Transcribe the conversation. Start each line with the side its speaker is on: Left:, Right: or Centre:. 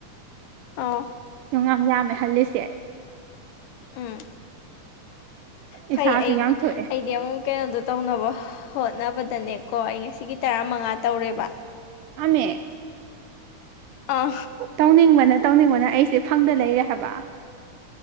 Left: ꯑꯣ
Right: ꯌꯥꯝ ꯌꯥꯝꯃꯦ ꯍꯜꯂꯤꯁꯦ
Left: ꯎꯝ ꯐꯩ
Right: ꯏꯁꯥꯁꯨ
Left: ꯑꯩꯕꯨ
Right: ꯌꯥꯝ ꯊꯣꯛꯑꯦ
Left: ꯑꯩꯗꯤ ꯑꯃꯨꯛ ꯀꯩꯅꯣꯗꯣ ꯇꯧꯅꯕ ꯍꯣꯠꯅꯕ ꯗꯅꯦꯀꯣ ꯑꯩ ꯉꯁꯤꯒꯤ ꯇꯔꯥ ꯃꯉꯥ ꯇꯧꯔꯦꯕ
Right: ꯍꯦ
Left: ꯑꯥ
Right: ꯇꯧꯅꯤꯡꯕꯅ ꯇꯧꯅꯤꯡꯕꯅ ꯑꯩꯁꯦ ꯐꯪꯗ ꯂꯩꯔꯦ ꯍꯥꯏꯕ